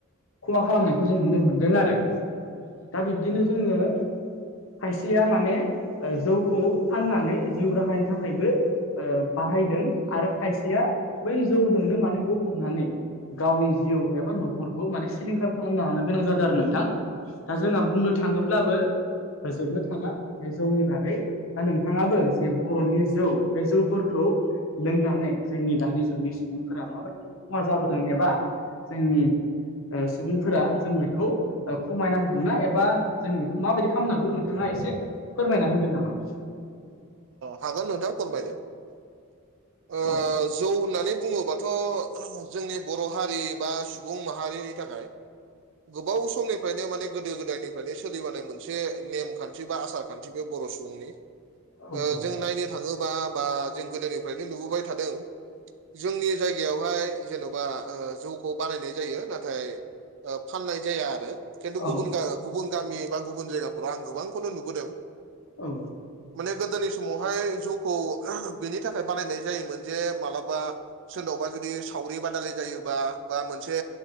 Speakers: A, on the left; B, on the right.
A: खहा खालामनायखौ जों नुनो मोनदों आरो। दा बिबदिनो जोंङो खायसेया माने ओ जौव खौव फाननानै जिउ राहानि थाखायबो ओ बाहायदों आरो खायसेया बै जौव जोंनो माने गबनानै गावनि जिउ एबा न'खरखौ माने सिलिंखार खालामना लानो गोनां जादों आरो नोंथां। दा जोंहा बुंनो थांङोब्लाबो होजोबनो थांङा बे जौवनि बागै दा नोंथांङाबो जे बर'नि जौ बे जौफोरखौ लोंनानै जोंनि दानि जुगनि सुबुंफोरा माबायदि खहा जाबोदों एबा जोंनि ओ सुबुंफोरा जों बेखौ ओ खमायनांगौ ना एबा जों बेखौ माबायदि खालामनांगौ नोंथांङा एसे फोरमायना होगोन नामा?
B: हागोन नोंथां फोरमायनो ओ
A: औ
B: जौ होननानै बुंङोबाथ' जोंनि बर' हारि बा सुबुं माहारिनि थाखाय गोबाव समनिफ्रायनो माने गोदो-गोदायनिफ्रायनो सोलिबानाय मोनसे नेम खान्थि बा आसार खान्थि बे बर' सुबुंनि
A: नंगौ
B: ओ जों नायनो थाङोबा बा जों गोदोनिफ्रायनो नुबोबाय थादों जोंनि जायगायावहाय जेन'बा ओ जौखौ बानायनाय जायो नाथाय ओ फाननाय जाया आरो खिन्थु
A: औ
B: गुबुन
A: नंगौ
B: गुबुन गामि बा गुबुन जायगाफोराव आं गोबांखौनो नुबोदों।
A: औ।
B: माने गोदोनि समावहाय जौखौ बिनि थाखाय बानायनाय जायोमोन जे मालाबा सोरनावबा जुदि सावरि बादालिाय जायोबा बा मोनसे